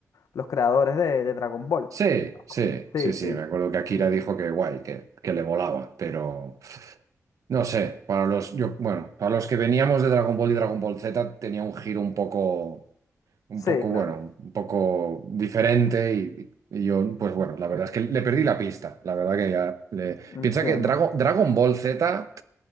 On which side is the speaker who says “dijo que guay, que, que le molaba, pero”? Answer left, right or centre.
Right